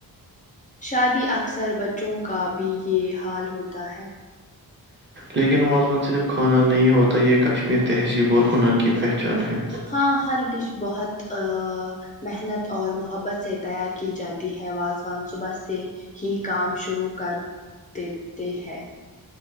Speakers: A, on the left; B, on the right.
A: شادی اکثر بچوں کا بھی یہ حال ہوتا ہے
B: لیکن واضوان صرف کھانا نہیں ہوتا یہ کشمیر تہذیب اور ہنر کی پہچان ہے
A: ہاں ہر ڈش بہت آا محنت اور محبت سے تیار کی جاتی ہے وازوان صبح سے ہی کام شروع کر دیتے ہے